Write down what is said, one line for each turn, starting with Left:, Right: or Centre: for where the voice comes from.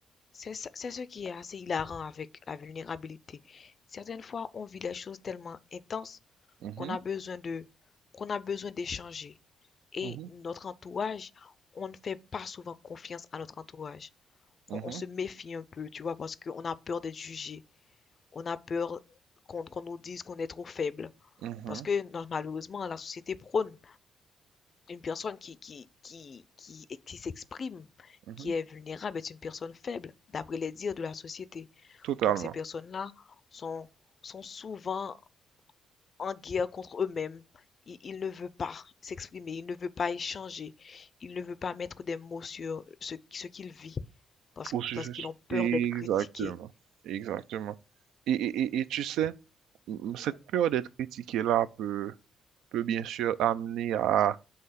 Left: C'est ça- c'est ce qui est assez hilarant avec la vulnérabilité. Certaines fois, on vit les choses tellement intenses
Right: Mhm,
Left: qu'on a besoin de, qu'on a besoin d'échanger. Et
Right: mhm,
Left: notre entourage, on ne fait pas souvent confiance à notre entourage.
Right: mhm,
Left: On, on se méfie un peu, tu vois, parce qu'on a peur d'être jugé. On a peur qu'on qu'on nous dise qu'on est trop faible.
Right: mhm,
Left: Parce que non, malheureusement, la société prône une personne qui, qui, qui, qui, qui s'exprime,
Right: mhm.
Left: qui est vulnérable, est une personne faible, d'après les dires de la société.
Right: Totalement.
Left: Donc ces personnes-là sont, sont souvent en guerre contre eux-mêmes. Ils, ils ne veulent pas s'exprimer, ils ne veulent pas échanger, ils ne veulent pas mettre des mots sur ce, ce qu'ils vivent parce,
Right: Au sujet.
Left: parce qu'ils ont peur
Right: Exactement.
Left: d'être critiqués.
Right: Exactement. Et, et, et, et tu sais, m- cette peur d'être critiqué là peut, peut bien sûr amener à